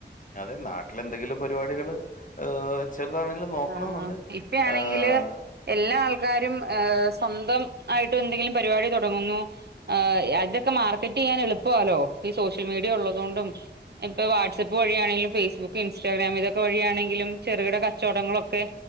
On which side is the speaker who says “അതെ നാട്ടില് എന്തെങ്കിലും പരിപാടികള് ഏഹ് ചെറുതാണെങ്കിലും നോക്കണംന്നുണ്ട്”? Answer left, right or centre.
Left